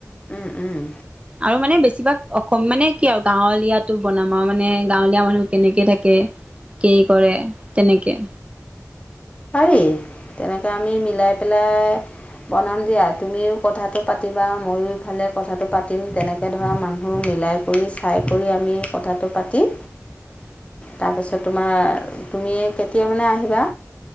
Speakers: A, on the left; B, on the right.
A: উম উম।
B: আৰু মানে বেছিভাগ অসম মানে কি আৰু গাঁৱলীয়াটো বনামাও মানে গাঁৱলীয়া মানুহ কেনেকে থাকে, কি কৰে? তেনেকে।
A: পাৰি। তেনেকে আমি মিলাই পেলাই বনাম দিয়া, তুমিও কথাটো পাতিবা, ময়ো ইফালে কথাটো পাতিম তেনেকে ধৰা মানুহ মিলাই কৰি চাই কৰি আমি কথাটো পাতি
B: উ <inaudible>
A: তাৰপিছত তোমাৰ তুমি কেতিয়া মানে আহিবা?